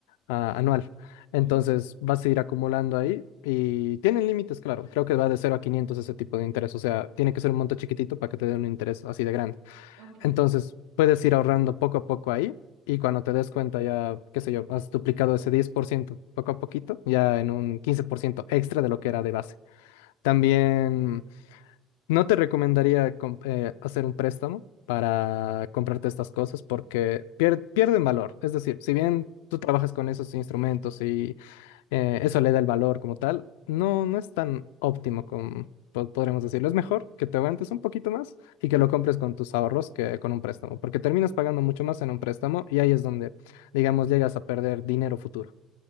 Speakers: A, on the left; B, on the right.
A: ah, anual. Entonces
B: ujú,
A: vas a ir acumulando ahí y tienen límites, claro. Creo que va de cero a 500 ese tipo de interés. O sea, tiene que ser un monto chiquitito para que te den un interés así de grande.
B: Ok.
A: Entonces puedes ir ahorrando poco a poco ahí y cuando
B: Ok.
A: te des cuenta ya, qué sé yo, has duplicado ese 10% poco a poquito, ya en un 15% extra de lo que era de base. También
B: ok,
A: no te recomendaría com- eh, hacer un préstamo. para comprarte estas cosas porque pier- pierden valor. Es decir, si bien
B: mm.
A: tú trabajas con esos instrumentos eh, eso le da el valor como tal. No, no es tan óptimo como po- podríamos decirlo. Es mejor que te aguantes un poquito más y
B: Ujú.
A: que lo compres con tus ahorros que con un préstamo, porque terminas pagando mucho más en un préstamo y ahí es donde, digamos, llegas a perder dinero futuro.